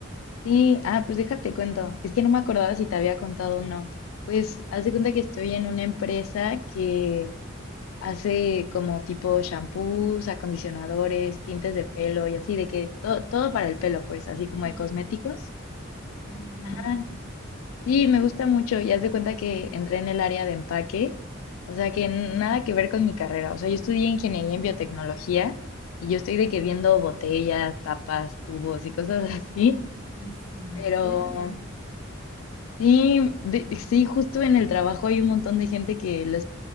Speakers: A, on the left (about 80°); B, on the right (about 55°).
A: Sí, ah, pues déjate cuento. Es que no me acordaba si te había contado o no. Pues haz de cuenta que estoy en una empresa que hace como tipo shampoos, acondicionadores, tintes de pelo y así, de que todo, todo para el pelo, pues, así como
B: Sí,
A: de
B: sí.
A: cosméticos.
B: Ay, qué genial.
A: Ah, Sí, me gusta mucho y haz de cuenta que entré en el área de empaque, o sea que nada que ver con mi carrera, o sea, yo estudié ingeniería
B: <laughs>
A: en biotecnología y yo estoy de que viendo botellas, tapas, tubos y cosas <laughs> así,
B: Sí,
A: pero
B: suele pasar.
A: sí, de- sí, justo en el trabajo hay un montón de gente que les,